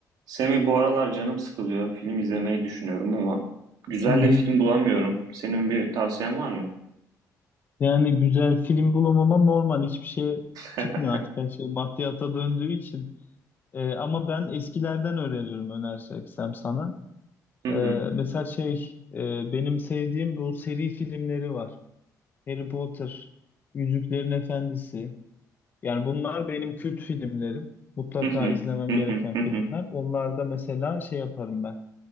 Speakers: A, on the right; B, on the left.
A: Semih bu aralar canım sıkılıyor. Film izlemeyi düşünüyorum ama güzel
B: Hı hı.
A: de film bulamıyorum. Senin bir tavsiyen var mı?
B: Yani güzel film bulamama normal. Hiçbir şey
A: <laughs>
B: çıkmıyor artık her şey maddiyata döndüğü için. Ee, ama ben eskilerden öneririm önerseksem sana.
A: Hı
B: Ee,
A: hı,
B: mesela şey e, benim sevdiğim bu seri filmleri var. Harry Potter, Yüzüklerin Efendisi. Yani bunlar benim kült filmlerim. Mutlaka
A: hı hı,
B: izlemem
A: hı
B: gereken
A: hı, hı
B: filmler.
A: hı.
B: Onlarda mesela şey yaparım ben.